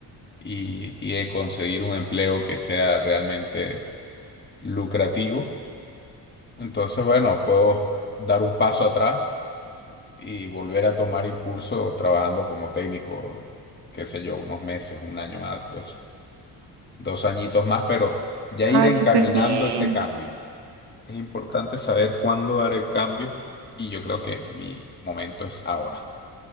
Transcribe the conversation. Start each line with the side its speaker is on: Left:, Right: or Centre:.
Left: y, y de conseguir un empleo que sea realmente lucrativo. Entonces, bueno, puedo dar un paso atrás y volver a tomar impulso trabajando como técnico, qué sé yo, unos meses, un año más, dos, dos añitos más, pero ya
Right: Ah,
Left: ir encaminando
Right: súper bien.
Left: ese cambio. Es importante saber cuándo dar el cambio y yo creo que mi momento es ahora.